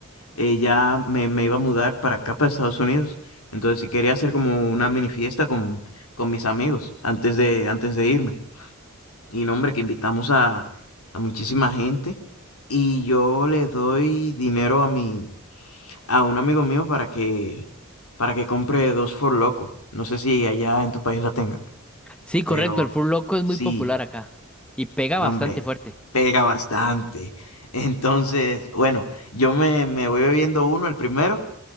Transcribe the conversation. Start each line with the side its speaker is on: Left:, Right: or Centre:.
Left: eh, ya me, me iba a mudar para acá, para Estados Unidos. Entonces sí quería hacer como una mini fiesta con, con mis amigos antes de, antes de irme. Y no, hombre, que invitamos a, a muchísima gente. Y yo le doy dinero a mi, a un amigo mío para que, para que compre dos For Loco. No sé si allá en tu país la tengan,
Centre: Sí, correcto,
Left: pero
Centre: el fur loco es
Left: sí,
Centre: muy popular acá y pega
Left: no,
Centre: bastante
Left: hombre,
Centre: fuerte.
Left: pega bastante. <laughs> Entonces, bueno, yo me, me voy bebiendo uno, el primero,